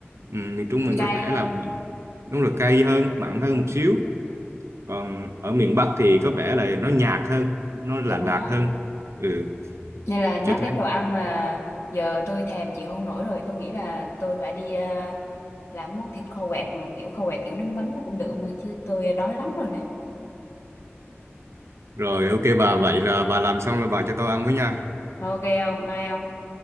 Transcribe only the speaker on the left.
cay
hơn
đúng
rồi
nên là nhắc
đến đồ ăn là giờ tôi thèm chịu không nổi rồi tôi nghĩ là tôi phải đi ờ, làm món thịt kho quẹt mà kiểu kho quẹt kiểu nước mắm nó cũng được mà chứ tôi đói lắm rồi đấy
ok ông bye ông